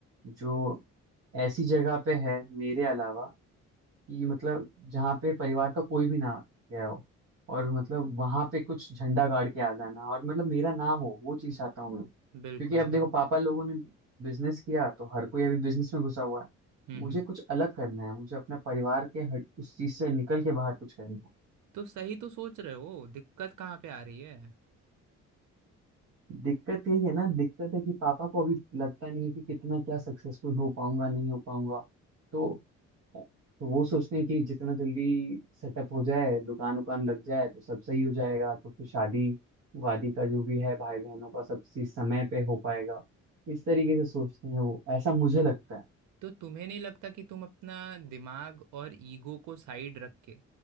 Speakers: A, on the right; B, on the right.
A: जो ऐसी जगह पे है मेरे अलावा कि मतलब जहाँ पे परिवार का कोई भी ना गया हो और मतलब वहां पे कुछ झंडा गाड़ के आ जाना और मतलब मेरा नाम हो वो चीज चाहता हूँ मैं क्योंकि
B: बिल्कुल
A: अब देखो
B: बिल्कुल
A: पापा लोगों ने बिजनेस किया तो हर कोई अभी बिजनेस में घुसा हुआ है
B: हम्म
A: मुझे
B: हम्म
A: कुछ अलग करना है मुझे अपने परिवार के हट उस चीज से निकल के बाहर कुछ करना है
B: तो सही तो सोच रहे हो दिक्कत कहाँ पे आ रही है
A: दिक्कत यही है ना दिक्कत है कि पापा को अभी लगता नहीं है कि कितना क्या सक्सेसफुल हो पाऊंगा नहीं हो पाऊंगा तो तो वो सोचते हैं कि जितना जल्दी सेटअप हो जाए दुकान उकान लग जाए तो सब सही हो जाएगा तो फिर शादी वादी का जो भी है भाई बहनों का सब चीज समय पे हो पाएगा इस तरीके से सोचते हैं वो ऐसा मुझे लगता है
B: तो तुम्हें नहीं लगता कि तुम अपना दिमाग और ईगो को साइड रख के